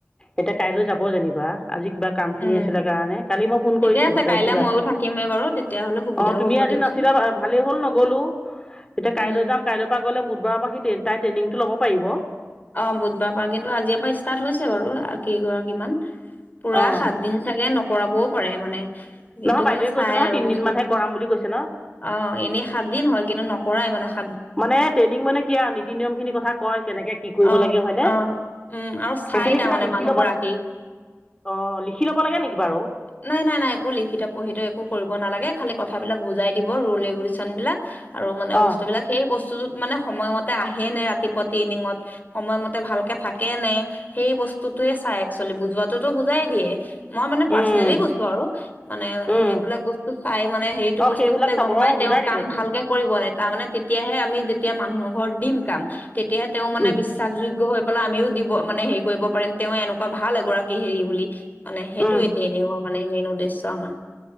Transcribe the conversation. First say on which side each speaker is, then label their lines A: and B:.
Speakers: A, on the left; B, on the left.
A: এতিয়া কাইলৈ যাব যেনিবা। আজি কিবা কামখিনি
B: উম।
A: আছিলে কাৰণে। কালি মই ফোন
B: ঠিকে
A: কৰিছিলোঁ
B: আছে
A: তাইক
B: কাইলে
A: যে
B: ময়ো
A: ।
B: থাকিমেই বাৰু তেতিয়াহ'লে সুবিধাও
A: অ' তুমি
B: হ'ব
A: আ
B: দিয়কচোন
A: জি নাছিলা, ভালেই হ'ল নগ'লো। এতিয়া
B: উম।
A: কাইলৈ যাম । কাইলৈৰ পৰা গ'লে, বুধবাৰৰ পৰা সি তে তাই ট্ৰেইনিংটো ল'ব পাৰিব।
B: অ' বুধবাৰৰ পৰা। কিন্তু আজিৰ পৰা ইষ্টাৰ্ট হৈছে বাৰু, কেইগৰাকীমান। পুৰা
A: অ
B: সাতদিন চাগে নকৰাবও পাৰে মানে। কিন্তু
A: নহয় বাইদেৱে
B: মানে চাই
A: কৈছে নহয়
B: আৰু
A: তিনিদিনমানহে
B: বস্তুটো।
A: কৰাম বুলি কৈছে ন
B: অ' এনেই সাতদিন হয় কিন্তু নকৰায় মানে সা
A: মানে ট্ৰেইনিং মানে কি আৰু, নীতি-নিয়মখিনি কথা কয়, কেনেকে কি কৰিব
B: অ'
A: লাগে হয়নে
B: - অ' । উম, আৰু চাই
A: সেইখিনি
B: তাৰমানে
A: কিবা লিখি
B: মানুহগৰাকী।
A: ল'ব অ লিখি ল'ব লাগে নেকি বাৰু
B: নাই - নাই - নাই, একো লিখিত-পঢ়িত একো কৰি ব নালাগে । খালি কথাবিলাক বুজাই দিব, ৰুল-ৰেগুলেশনবিলাক আৰু মানে
A: অ
B: বস্তুবিলাক। সেই বস্ তুটোত মানে সময়মতে আহে নে ৰাতিপুৱা ট্ৰেইনিঙত সময়মতে ভালকে থাকে নে, সেই বস্তুটোৱে চাই একচোৱেলি । বুজোৱাটোতো বুজাই দিয়ে। মই মানে পাৰ্চনেলি
A: উম
B: কৈছোঁ আৰু। মানে
A: উম
B: সেইবিলাক বস্তু চায় মানে, সেইটো
A: অ
B: বস্তুটোতে
A: সেইবিলাক চাব
B: গম পায়
A: অ
B: তে
A: বুজাই
B: ওঁ
A: দিবতো
B: কাম ভালকে কৰিব নে। তাৰ মানে তে তিয়াহে আমি যেতিয়া মানুহৰ ঘৰত দিম কাম। তেতিয়াহে তেওঁ মানে
A: উম
B: বিচ যোগ্য হৈ পেলাই, আমিও দিব মানে হেৰি কৰিব পাৰিম । তেওঁ এনেকুৱা ভাল এগৰাকী হেৰি বুলি মানে সেইটো
A: উম
B: এতিয়া এনেৰ মানে মেইন উদ্দেশ্য আমাৰ